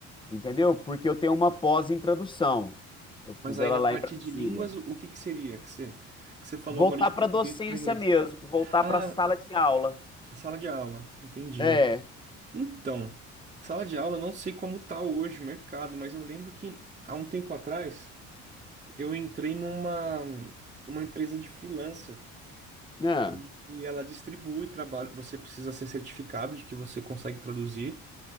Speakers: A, on the left; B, on the right.
A: entendeu? Porque eu tenho uma pós em tradução. Eu fiz
B: Mas aí
A: ela
B: na
A: lá
B: parte
A: em Brasília.
B: de línguas, o, o que que seria que você, que você falou
A: Voltar
B: agora de
A: para
B: português
A: docência
B: para inglês?
A: mesmo, voltar
B: Ah,
A: para a sala de aula.
B: sala de aula, entendi.
A: É,
B: Então, sala de aula, eu não sei como tá hoje o mercado, mas eu lembro que há um tempo atrás eu entrei numa uma empresa de freelancer
A: não.
B: e, e ela distribui trabalho. Você precisa ser certificado de que você consegue traduzir.